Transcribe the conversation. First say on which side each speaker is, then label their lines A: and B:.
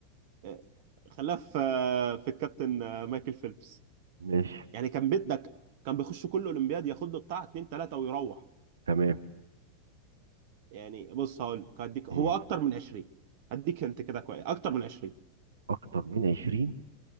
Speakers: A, on the right (about 45°); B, on the right (about 70°).
A: آه، خلاه في آه، في الكابتن آه، مايكل فيليبس
B: ماشي
A: يعني كان بيدك كان بيخش كل اولمبياد ياخد له بتاع اتنين تلاته ويروح
B: تمام
A: يعني بص هقول لك هديك هو
B: مم.
A: اكتر من 20 هديك انت كده كويس اكتر من 20
B: اكتر من 20